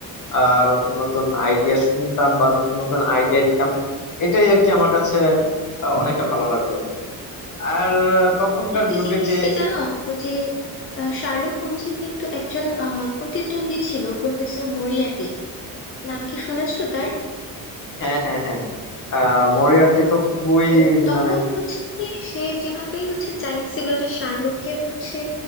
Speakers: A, on the left; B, on the left.
A: আহ নতুন নতুন আইডিয়া শুনতাম বা নতুন নতুন আইডিয়া দিতাম এটাই আর কি আমার কাছে আহ, অনেকটা ভালো লাগতো আর আহ, তখনকার
B: একটা
A: যুগে
B: জিনিস
A: যে
B: কি জানো ওই যে আহ, শার্লক হোমসের কিন্তু একজন আহ, প্রতিদ্বন্দ্বী ছিল প্রফেসর মরিয়াটি নাম কি শুনেছো তার
A: হ্যাঁ হ্যাঁ হ্যাঁ আহ মরিয়ার্টি তো খুবই
B: তো তখন
A: মানে
B: হচ্ছে কি, সে যেভাবেই হচ্ছে চাইছিল যে শার্লককে হচ্ছে